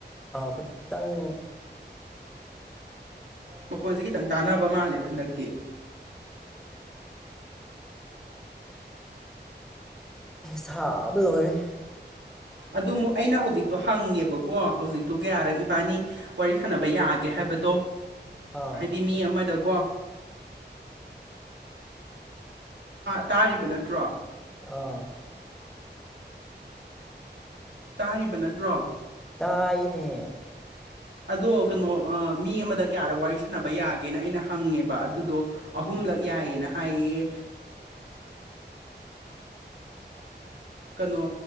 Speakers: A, in the centre; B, on the right.
A: ꯈꯤꯠꯇꯪ
B: ꯃꯈꯣꯟꯁꯦ ꯈꯤꯇꯪ ꯇꯥꯟꯅꯕ ꯃꯥꯜꯂꯦꯕ ꯍꯟꯗꯛꯇꯤ
A: ꯁꯥꯕ ꯂꯣꯏꯔꯦ
B: ꯑꯗꯨꯨ ꯑꯩꯅ ꯍꯧꯖꯤꯛꯇꯣ ꯍꯪꯉꯦꯕꯀꯣ ꯍꯧꯖꯤꯛꯇꯣ ꯀꯌꯥꯔꯛ ꯏꯕꯥꯅꯤ ꯋꯥꯔꯤ ꯁꯥꯟꯅꯕ ꯌꯥꯒꯦ ꯍꯥꯏꯕꯗꯣ
A: ꯑꯥ
B: ꯍꯥꯏꯗꯤ ꯃꯤ ꯑꯃꯗꯀꯣ ꯇꯥꯔꯤꯕ ꯅꯠꯇ꯭ꯔꯣ
A: ꯑꯥ
B: ꯇꯥꯔꯤꯕ ꯅꯠꯇ꯭ꯔꯣ
A: ꯇꯥꯏꯅꯦ
B: ꯑꯗꯣ ꯀꯩꯅꯣ ꯃꯤ ꯑꯃꯗ ꯀꯌꯥꯗ ꯋꯥꯔꯤ ꯁꯥꯟꯅꯕ ꯌꯥꯒꯦꯅ ꯑꯩꯅ ꯍꯪꯉꯦꯕ ꯑꯗꯨꯗꯣ ꯑꯍꯨꯝ ꯁꯂꯛ ꯌꯥꯏꯌꯦꯅ ꯍꯥꯏꯌꯦ
A: <inaudible>
B: ꯀꯩꯅꯣ